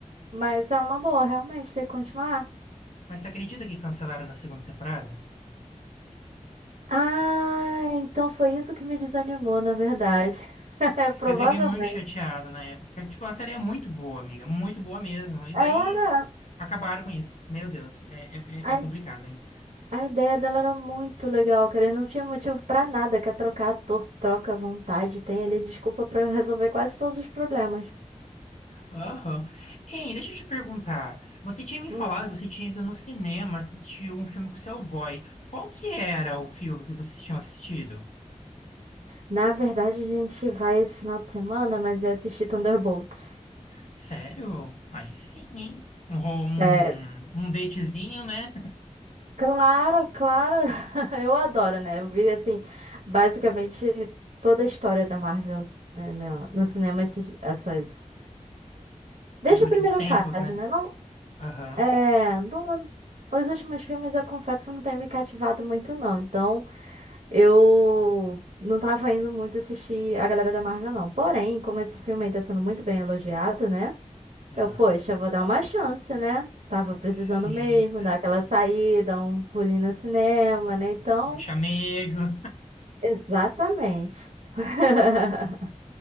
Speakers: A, on the right; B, on the left.
A: Mas é uma boa, realmente, ter que continuar.
B: Mas você acredita que cancelaram na segunda temporada?
A: Ah, então foi isso que me desanimou, na verdade. <laughs> Provavelmente.
B: Eu fiquei muito chateado na época. porque, Tipo, a série é muito boa, amiga. Muito boa mesmo. E daí
A: Era.
B: acabaram com isso. Meu Deus, é, é,
A: A,
B: é- é complicado, hein?
A: a ideia dela era muito legal, cara. e Não tinha motivo pra nada. Quer trocar ator, troca à vontade. Tem ali desculpa pra resolver quase todos os problemas.
B: Aham. Ei, deixa eu te perguntar. Você tinha me
A: Hum.
B: falado que você tinha ido no cinema assistir um filme com o seu boy. Qual que era o filme que vocês tinham assistido?
A: Na verdade, a gente vai esse final de semana, mas é assistir Thunderbolts.
B: Sério? Aí sim, hein? Um, ro- um,
A: É,
B: um datezinho, né?
A: claro, claro. <laughs> Eu adoro, né? Eu vi, assim, basicamente toda a história da Marvel, né, no, no cinema esses- essas. Desde
B: Esses últimos
A: a primeira
B: tempos,
A: fase,
B: né?
A: né? Não,
B: Aham,
A: é, não- os últimos filmes eu confesso que não tem me cativado muito, não. Então, eu não tava indo muito assistir a galera da Marvel, não. Porém, como esse filme aí tá sendo muito bem elogiado, né?
B: aham.
A: Eu, poxa, vou dar uma chance, né? Tava precisando
B: Sim.
A: mesmo dar aquela saída, um pulinho no cinema, né? Então,
B: Um chamego.
A: exatamente. <laughs>